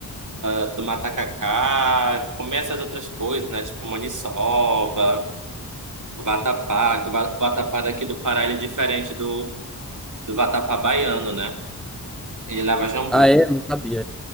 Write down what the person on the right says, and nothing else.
eh, tomar tacacá, comer essas outras coisas, né? Tipo maniçoba, vatapá, que o va- vatapá daqui do Pará ele é diferente do do vatapá baiano, né? Ele leva jambu.